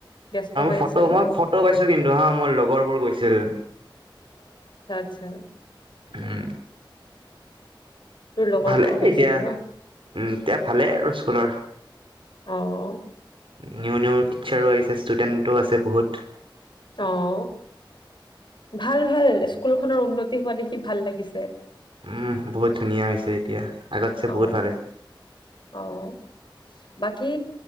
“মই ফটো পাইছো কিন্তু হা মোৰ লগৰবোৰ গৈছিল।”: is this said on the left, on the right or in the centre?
Right